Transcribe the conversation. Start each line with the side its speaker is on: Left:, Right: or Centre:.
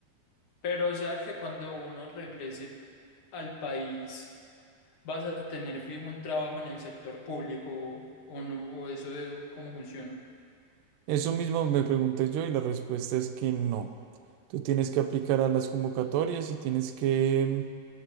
Left: pero o sea que cuando uno regrese al país vas a tener fijo un trabajo en el sector público o no, o eso de cómo funciona.
Right: Eso mismo me pregunté yo y la respuesta es que no. Tú tienes que aplicar a las convocatorias y tienes que